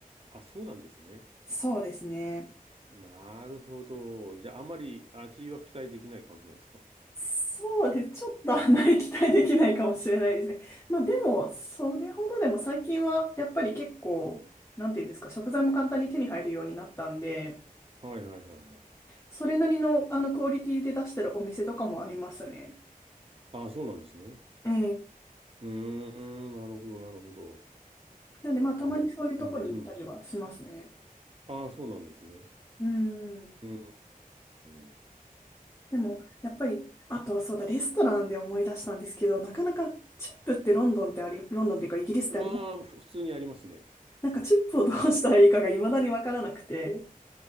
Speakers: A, on the right; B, on the left.
A: あ、そうなんですね。
B: そうですね。
A: なるほど。じゃあ、あまり味は期待できない感じなんですか
B: そうです。ちょっとあまり期待できないかもしれないですね。まあでも、それほどでも最近はやっぱり結構、なんていうんですか、食材も簡単に手に入るようになったんで、
A: はいはいはいはい。
B: それなりのあのクオリティで出してるお店とかもありますね。
A: ああ、そうなんですね。
B: ええ
A: うーん、なるほど、なるほど。
B: なんでまあたまにそういうとこに行ったりはしますね。
A: まず、うん、うん。ああ、そうなんですね。
B: うんうん。
A: うーん。
B: でも、やっぱり、あとそうだ、レストランで思い出したんですけど、なかなかチップってロンドンってあり、ロンドンっていうかイギリスってあり、
A: らふ普通にありますね。
B: なんかチップをどうしたらいいかが未だにわからなくて。